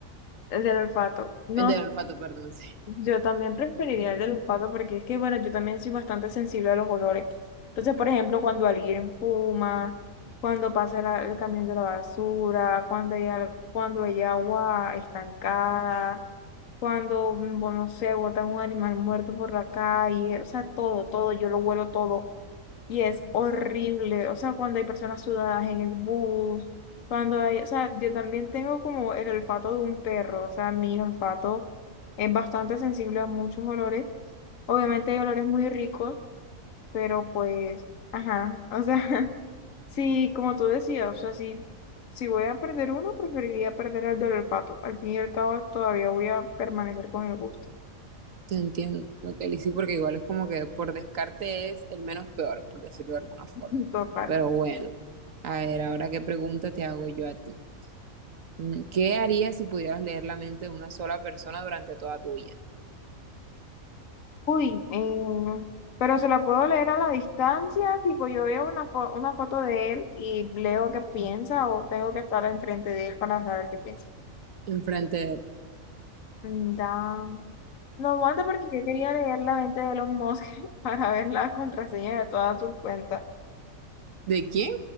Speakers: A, on the left; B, on the right.
A: El del olfato. No
B: El del olfato, perdón, <laughs> sí.
A: Yo también preferiría el del olfato porque es que, bueno, yo también soy bastante sensible a los olores. Entonces, por ejemplo, cuando alguien fuma, cuando pasa la- el camión de la basura, cuando hay, al- cuando hay agua estancada, cuando, mm, bueno, no sé, botan un animal muerto por la calle, o sea, todo, todo, yo lo huelo todo. Y es horrible, o sea, cuando hay personas sudadas en el bus, cuando hay, o sea, yo también tengo como el olfato de un perro, o sea, mi olfato es bastante sensible a muchos olores. Obviamente hay olores muy ricos, pero pues, ajá, o sea, <laughs> sí, como tú decías, o sea, sí, si voy a perder uno, preferiría perder el del olfato. Al fin y al cabo, todavía voy a permanecer con el gusto.
B: Te entiendo, Kelly, sí, porque igual es como que por descarte es el menos peor, por decirlo de alguna forma.
A: <laughs> Total.
B: Pero bueno, a ver, ahora qué pregunta te hago yo a ti. Mm, ¿Qué harías si pudieras leer la mente de una sola persona durante toda tu vida?
A: Uy, em, pero se la puedo leer a la distancia, tipo yo veo una, fo- una foto de él y leo qué piensa o tengo que estar enfrente de él para saber qué piensa.
B: ¿Enfrente de,
A: Mm, Da. No aguanta porque yo quería leer la mente de Elon Musk <laughs> para ver las contraseñas de todas sus cuentas.
B: de quién?